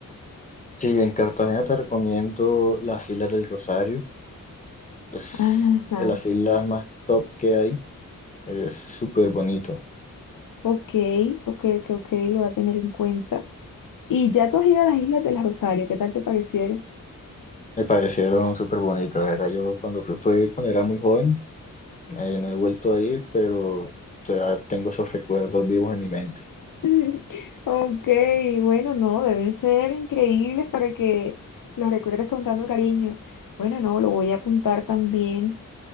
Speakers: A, on the left; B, on the left.
A: Sí, en Cartagena te recomiendo las Islas del Rosario. Es
B: Ajá,
A: de las islas más top que hay. Es súper bonito.
B: ok, ok, ok, ok, lo voy a tener en cuenta. Y ya tú has ido a las Islas del Rosario, ¿qué tal te parecieron?
A: Me parecieron súper bonitas, la verdad. Yo cuando fui, fue cuando era muy joven. eh, no he vuelto a ir, pero o sea, tengo esos recuerdos vivos en mi mente.
B: <laughs> Ok, bueno, no, deben ser increíbles para que los recuerdes con tanto cariño. Bueno, no, lo voy a apuntar también